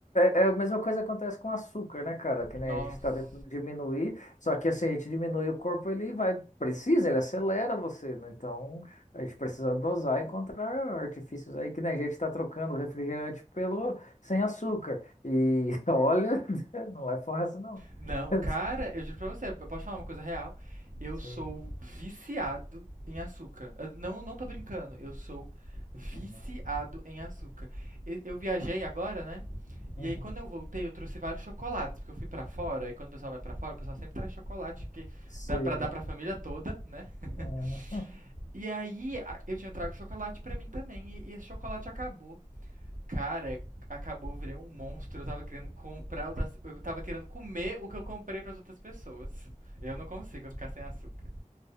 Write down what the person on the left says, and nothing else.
é, é a mesma coisa que acontece com o açúcar, né, cara? Que né,
a gente está tentando diminuir, só que assim, a gente diminui o corpo, ele vai, precisa, ele acelera você, né? Então, a gente precisa dosar e encontrar artifícios aí que né, a gente está trocando o refrigerante pelo sem açúcar. E <laughs> olha, não é fácil, não.
<laughs>
Sim.
Uhum.
Uhum.
Sim.
Uhum.